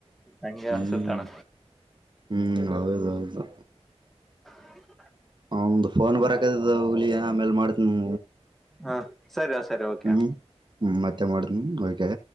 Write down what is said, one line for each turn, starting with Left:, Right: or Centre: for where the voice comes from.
Centre: ಅಂಗೆ
Right: ಹ್ಮ್
Centre: ಅನ್ಸುತ್ತಣ್ಣ
Right: ಹ್ಮ್ ಹೌದೌದು
Centre: <inaudible>
Right: ಒಂದ್ ಫೋನ್ ಬರಕತದ ಹುಲಿಯ ಆಮೇಲ್ ಮಾಡ್ತಿನಿ
Centre: ಹಾ ಸರಿ ಸರಿ ಓಕೆ
Right: ಹ್ಮ್
Centre: ಅಣ್ಣ
Right: ಹ್ಮ ಮತ್ತೆ ಮಾಡ್ತೀನಿ ಓದ್ಕೋ